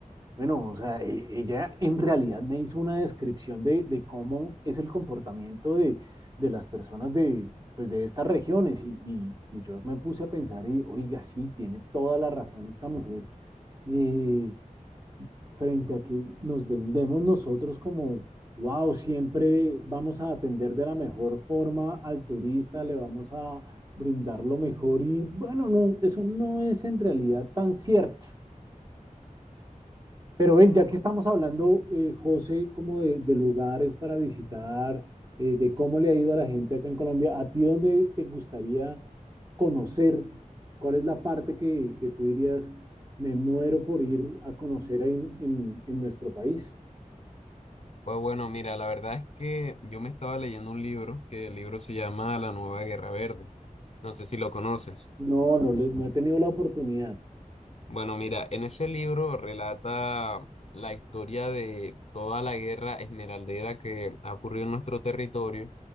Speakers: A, on the right; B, on the left.
A: bueno, o sea, e- ella en realidad me hizo una descripción de, de cómo es el comportamiento de, de las personas de, pues, de estas regiones y, y- y yo me puse a pensar y, oiga, sí, tiene toda la razón esta mujer. Eh, frente a que nos vendemos nosotros como, wow, siempre vamos a atender de la mejor forma al turista, le vamos a brindar lo mejor y bueno, no, eso no es en realidad tan cierto. Pero ven, ya que estamos hablando, eh, José, como de, de, lugares para visitar, eh, de cómo le ha ido a la gente acá en Colombia, ¿a ti dónde te gustaría conocer? ¿Cuál es la parte que, que tú dirías, me muero por ir a conocer en, en, en nuestro país?
B: Pues bueno, mira, la verdad es que yo me estaba leyendo un libro, que el libro se llama La Nueva Guerra Verde. No sé si lo conoces.
A: No, no, le- no he tenido la oportunidad.
B: Bueno, mira, en ese libro relata la historia de toda la guerra esmeraldera que ha ocurrido en nuestro territorio